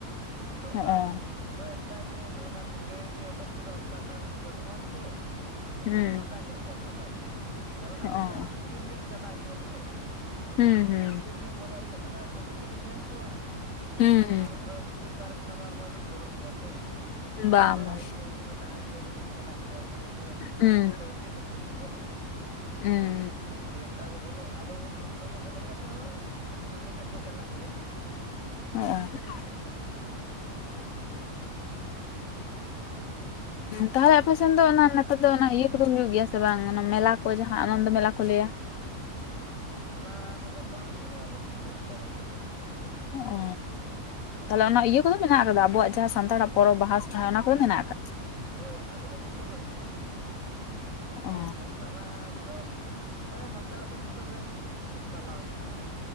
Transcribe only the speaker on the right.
ᱟᱥᱚᱜ
ᱟᱨ ᱩᱱᱟᱹᱜ ᱮᱠᱴᱟ ᱡᱮ ᱱᱚᱜ ᱚᱱᱟ ᱥᱚᱸᱜᱮ ᱜᱮ ᱩᱰᱩᱠ ᱜᱚᱫᱚᱜ-ᱟ ᱚᱱᱠᱟ ᱛᱚ ᱟᱨ ᱵᱟᱹᱱᱩᱜ ᱟᱱ ᱛᱚ᱾ ᱠᱟᱹᱴᱤᱡ
ᱫᱚ ᱯᱷᱟᱸᱠᱟ ᱧᱚᱜ ᱜᱮᱭᱟ ᱯᱷᱟᱸᱠᱟ ᱫᱚ ᱾ ᱠᱟᱨᱚᱱ
ᱟᱵᱮᱱ ᱫᱚ ᱟᱨᱚ ᱵᱷᱤᱛᱤᱨ ᱧᱚᱜ ᱪᱟᱞᱟᱜ ᱦᱩᱭᱩᱜ-ᱟ ᱥᱮ ᱾ <inaudible>
ᱵᱷᱤᱛᱤᱨ ᱧᱚᱜ ᱵᱚᱞᱚᱜ ᱦᱩᱭᱩᱜ ᱛᱟᱵᱮᱱᱟ ᱛᱚᱵᱮ ᱛᱚᱵᱮᱱ ᱧᱟᱢ ᱠᱚᱣᱟ ᱾
ᱟᱨ ᱩᱱᱟᱹᱜ ᱵᱷᱤ ᱵᱷᱤᱛᱤᱨ ᱫᱚ ᱟᱨ ᱮᱠᱞᱟ ᱫᱚ ᱟᱨ ᱵᱟᱵᱮᱱ ᱵᱚᱞᱚᱜ ᱜᱮᱭᱟ ᱥᱮ,
ᱵᱟᱲᱟᱭ
ᱜᱮ ᱦᱩᱭᱩᱜ ᱱᱟᱜ ᱡᱮ ᱠᱟᱹᱴᱤᱡ ᱢᱮᱱᱟᱜ ᱠᱚᱣᱟ ᱛᱟᱦᱚᱞᱮ ᱩᱱᱟᱹᱜ
ᱮᱠᱴᱟ ᱫᱚ ᱪᱮᱫ ᱞᱟᱹᱜᱤᱫ ᱞᱤᱧ ᱵᱚᱞᱚᱜ-ᱟ ᱾
ᱟᱨ ᱡᱩᱫᱤ ᱚᱱᱠᱟ ᱠᱚ ᱵᱚᱞᱚᱜ, ᱟᱫᱚ ᱩᱱ ᱚᱱᱠᱟ ᱠᱚ ᱵᱚᱞᱚᱜ ᱠᱷᱟᱡ ᱫᱚ ᱥᱟᱸᱜᱮ ᱧᱚᱜ ᱠᱚ ᱪᱟᱞᱟᱜ ᱜᱮᱭᱟ᱾
ᱦᱩᱸ ᱾
ᱚᱱᱟ ᱠᱚᱫᱚ ᱵᱟᱝ ᱦᱳᱭᱳᱜ-ᱟ ᱟᱞᱮ ᱥᱮᱫ ᱫᱚ ᱚᱱᱠᱟ ᱫᱚ ᱾
ᱦᱳᱭ ᱚᱱᱟ ᱠᱚᱫᱚ ᱡᱚᱛᱚ ᱜᱮ ᱦᱩᱭᱩᱜ-ᱟ <inaudible> ᱥᱟᱱᱛᱟᱲᱟᱜ
ᱫᱚ, ᱚᱱᱠᱟᱱᱟᱜ ᱫᱚ ᱢᱟᱱᱮ ᱥᱟᱱᱛᱟᱲᱟᱜ ᱫᱚ ᱡᱚᱛᱚ ᱜᱮ ᱯᱟᱞᱟᱣ ᱦᱩᱭᱩᱜ-ᱟ